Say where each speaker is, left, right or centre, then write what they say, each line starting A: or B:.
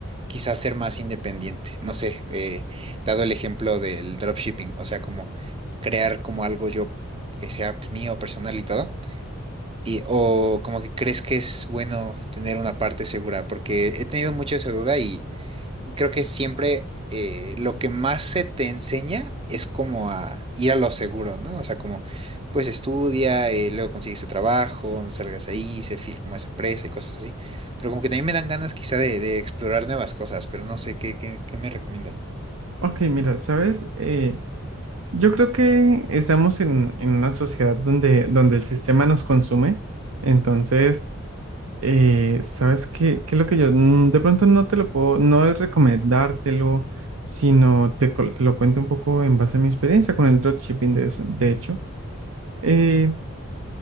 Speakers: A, on the right (about 25°); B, on the right (about 75°).
A: quizás ser más independiente? No sé, eh, dado el ejemplo del dropshipping, o sea, como crear como algo yo que sea mío, personal y todo. Y, o como que crees que es bueno tener una parte segura, porque he tenido mucho esa duda y, y creo que siempre eh, lo que más se te enseña es como a ir a lo seguro, ¿no? O sea, como pues estudia, eh, luego consigues ese trabajo, no salgas ahí, se fil como esa empresa y cosas así. Pero como que también me dan ganas quizá de, de explorar nuevas cosas, pero no sé, ¿qué, qué, qué me recomiendas?
B: Ok, mira, sabes, Eh, yo creo que estamos en, en una sociedad donde, donde el sistema nos consume, entonces, eh, sabes qué, qué es lo que yo mm, de pronto no te lo puedo, no es recomendártelo, sino te, col- te lo cuento un poco en base a mi experiencia con el dropshipping de eso. De hecho, Eh,